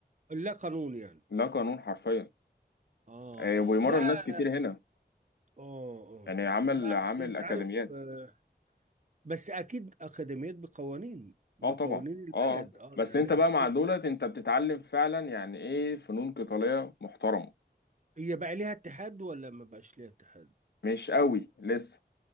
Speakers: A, on the right; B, on the left.
A: لا قانون يعني
B: لا قانون حرفيا
A: اه
B: آه، وبيمرن
A: آه. لا
B: ناس كتير
A: اه
B: هنا
A: اه آه.
B: يعني عمل
A: لا
B: عامل
A: أنا- انت
B: اكاديميات
A: عارف آه، بس اكيد اكاديميات بقوانين بقوانين
B: اه طبعا
A: البلد
B: اه آه.
A: اه
B: بس
A: يعني
B: انت بقى
A: أكيد
B: مع دولت انت بتتعلم فعلا يعني ايه فنون قتالية محترمة
A: هي بقى ليها اتحاد ولا ما بقاش ليها اتحاد
B: مش قوي لسه